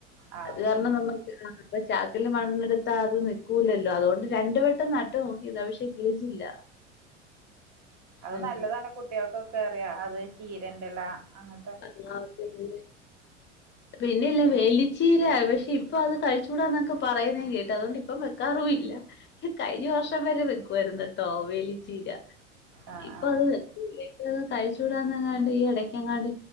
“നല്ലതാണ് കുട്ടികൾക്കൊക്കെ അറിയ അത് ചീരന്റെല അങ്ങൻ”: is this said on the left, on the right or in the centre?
Right